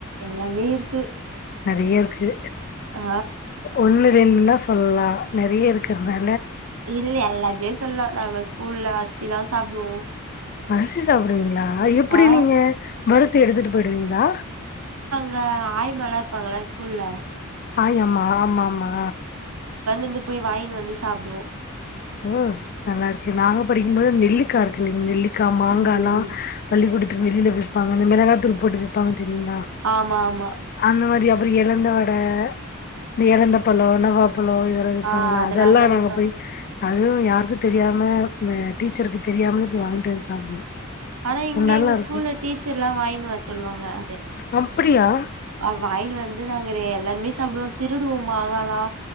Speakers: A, on the right (about 85°); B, on the left (about 45°).
A: எல்லாமே இருக்கு
B: நெறைய இருக்கு
A: ஆ
B: ஒண்ணு ரெண்டுனா சொல்லலாம் நெறைய இருக்கறனா
A: இல்ல எல்லாமே சொல்லா நாங்க ஸ்கூல்ல அரிசிலாம சாப்டுவோம்
B: அரிசி சாப்டுவீங்ளா அ எப்பிடி
A: ஆ
B: நீங்க வறுத்து எடுத்துட்டு போயிடுவீங்ளா
A: க ஆய்மாலா இருப்பாங்கள ஸ்கூல்ல
B: ஆயாம்மா ஆமாமா
A: ந்து போய் வாயின்வந்து சாப்டுவோ
B: ஓ நல்லாருக்கு நாங்க படிக்கும்போது நெல்லிக்கா இருக்குல்லைங் நெல்லிக் கா மாங்கால்லா
A: ம், ம்.
B: பள்ளிக்கூடத் வெளில விப்பாங்க இந்த மெளகாத்தூள் போட்டு விப்பாங்க தெரியிங்ளா
A: ஆமா, ஆமா.
B: அந்த மாரி அப் ப்ற எலந்த வட இந்த எலந்த பழம் நவாப் பழோம் இதல்லா விப்பாங்கல்ல
A: ஆ அதெல்லாம்
B: அதல்லா
A: தான்
B: நாங்க
A: விப்பாங்க.
B: போய் அதுவு யாருக்கு தெரியாம அ டீச்சருக்கு தெரியாமல போய் வாய்ன்ட்டந்து சாப்டுவோ
A: ஆனா இங்க
B: நல்லா
A: எங்க
B: இருக்கு
A: ஸ்கூல்ல டீச்சர்லா வாங்கினு வர் சொல்லுவாங்க து
B: அப்டியா
A: ஆ வாயினு வந்து நா ங்குரெ எல்லாருமே சாப்புடுவோ திருடுவோ மாங்கால்லா